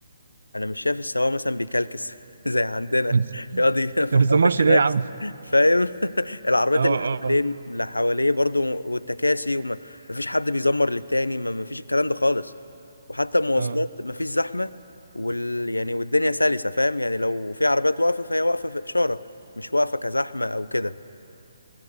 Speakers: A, on the left; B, on the right.
A: انا مش شايف السواق مثلا بيكلكس <laughs> زي عندنا
B: <laughs>
A: يقعد ي-
B: انت
A: فرحان
B: ما بتزمرش
A: بالكلاكس
B: ليه يا عم
A: فاهم <laughs> العربيات
B: اه
A: اللي حوالين
B: اه
A: اللي حواليه برضو والتكاسي وما مفيش حد بيزمر للتاني ما مفيش الكلام ده خالص وحتى المواصلات
B: اه
A: مفيش زحمة وال يعني والدنيا سلسة فاهم يعني لو في عربيات واقفة فهي واقفة في إشارة مش واقفة كزحمة أو كده